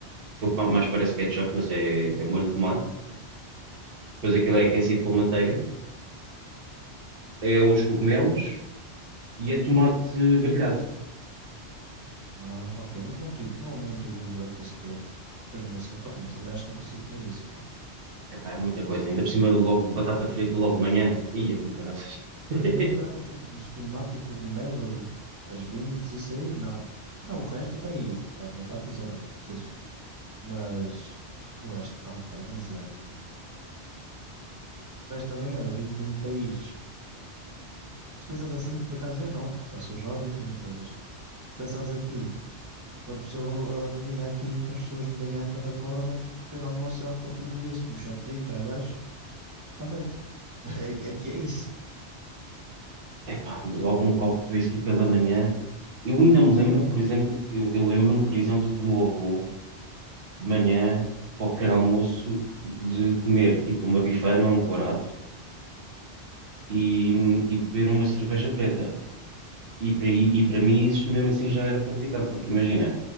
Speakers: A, on the right; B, on the right.
A: aquilo que mais parece ketchup, mas é é molho de tomate Depois aquilo é aquecido com manteiga, é os cogumelos e é tomate grelhado.
B: ah, ok, não, não tive, não, não tive o breakfast todo, mas mesmo assim, opa, mas também acho que não conseguia comer isso, pá.
A: Epá, é muita coisa. Ainda por cima, logo batata frita logo de manhã. Ia com caraças. <laughs>
B: Olha, nem a batata frita, mas o tomate, o cogumelo, as beans, isso aí, não. Se calhar o resto até ia, pá, as batatas, olha, feliz. Mas o resto não, pá, é demasiado. Mas também, olha, vindo de um país. Se pensares assim, por acaso eu não, porque não sou jovem, tudo muito bem, mas se pensares aqui, uma pessoa, a comida aqui para as pessoas de manhã quando acordam, o pequeno almoço é um copinho de whisky, um shotzinho, vai abaixo, está feito. <laughs> É- Aqui é isso.
A: Epá, logo um copo de whisky pela manhã. Eu ainda
B: Aqui
A: me lembro,
B: é.
A: por exemplo, eu, eu lembro-me, por exemplo, do meu avô, de manhã, para o pequeno almoço, de comer tipo uma bifana ou um corato e, e beber uma cerveja preta. E para, e para mim isso mesmo assim já era complicado, porque imagina,